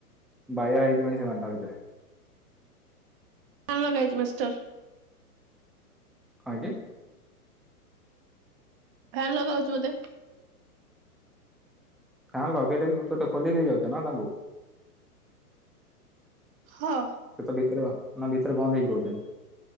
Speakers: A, in the centre; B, on the right.
A: ବାଇଆ ହେଇ ଯିବେଣି ସେମାନେ ତା ଭିତରେ।
B: ଫ୍ୟାନ ଲଗା ହେଇଚି ମିଷ୍ଟର।
A: କଁ ହେଇଚି?
B: ଫ୍ୟାନ ଲଗାଉଛି ବୋଧେ।
A: ଫ୍ୟାନ ଲଗେଇଲେ ବି <unintelligible> ତ ଖୋଲି ଦେଇ ଯାଉଛ ନା ତାଙ୍କୁ।
B: ହ।
A: ସେ ତ ଭିତରେ ନା ଭିତରେ ବନ୍ଦ ହେଇକି ରହୁଛନ୍ତି।